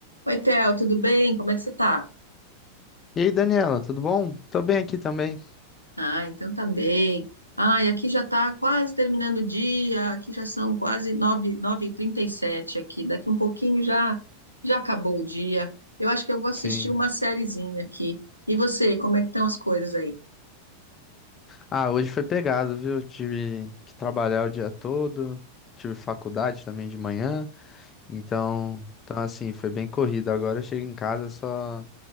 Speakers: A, on the right; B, on the left.
A: Oi, Theo, tudo bem? Como é que você tá?
B: E aí, Daniela, tudo bom? Tô bem aqui também.
A: Ah, então tá bem. Ah, e aqui já tá quase terminando o dia, aqui já são quase nove, nove e trinta e sete aqui. Daqui um pouquinho já já acabou o dia. Eu acho que eu vou assistir
B: Sim.
A: uma sériezinha aqui. E você, como é que estão as coisas aí?
B: Ah, hoje foi pegado, viu? Tive que trabalhar o dia todo, tive faculdade também de manhã, então, então assim, foi bem corrido. Agora eu chego em casa, só